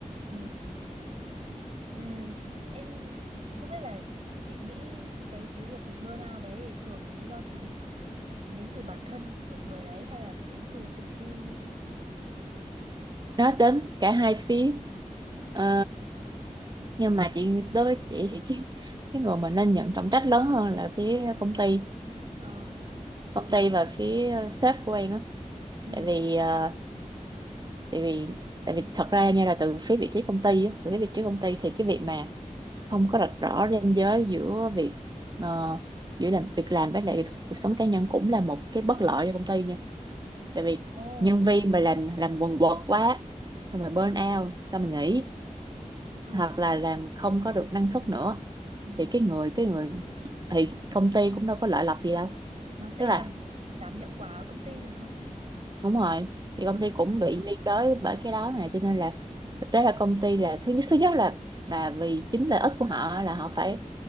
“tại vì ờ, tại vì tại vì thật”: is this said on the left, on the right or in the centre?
Right